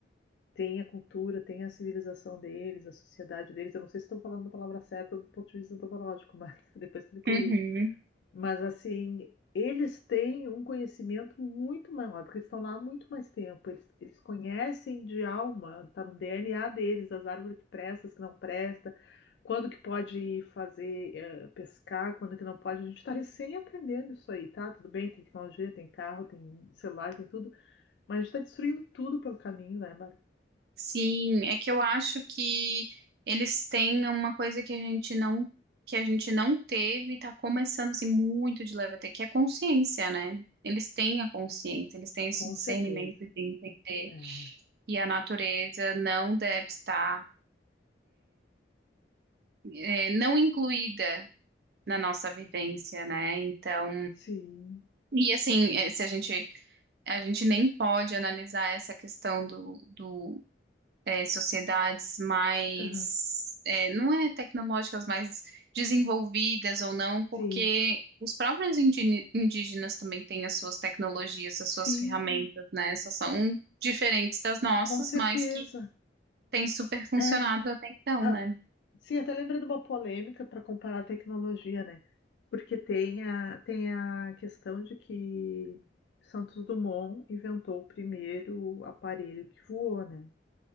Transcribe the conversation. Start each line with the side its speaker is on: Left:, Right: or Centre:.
Left: tem a cultura, tem a civilização deles, a sociedade deles. Eu não sei se estou falando a palavra certa do ponto de vista antropológico, mas <laughs> depois tu me corrige.
Right: Uhum.
Left: Mas assim, eles têm um conhecimento muito maior, porque eles estão lá há muito mais tempo. Eles, eles conhecem de alma, está no DNA deles, as árvores que prestam, as que não prestam, quando que pode ir fazer eh, pescar, quando que não pode. A gente está recém aprendendo isso aí, tá? Tudo bem, tem tecnologia, tem carro, tem celular, tem tudo, mas a gente está destruindo tudo pelo caminho, né, Bárbara?
Right: Sim, é que eu acho que eles têm uma coisa que a gente não que a gente não teve e tá começando assim muito de leve até que é consciência, né? Eles têm a consciência, eles têm esse
Left: Com
Right: discernimento
Left: certeza.
Right: de entender
Left: É.
Right: que a natureza não deve estar eh, não incluída na nossa vivência, né? Então,
Left: Sim,
Right: e assim, eh, se a gente a gente nem pode analisar essa questão do do é, sociedades mais,
Left: Aham.
Right: é, não é tecnológicas, mais desenvolvidas ou não, porque
Left: Sim.
Right: os próprios indígena- indígenas também têm as suas tecnologias, as
Left: Sim.
Right: suas ferramentas, né? Só são diferentes das nossas,
Left: Com certeza.
Right: mas que têm super funcionado
Left: É.
Right: até então,
Left: Ah,
Right: né?
Left: sim, até lembrei de uma polêmica para comparar a tecnologia, né? Porque tem a, tem a questão de que Santos Dumont inventou o primeiro aparelho que voou, né?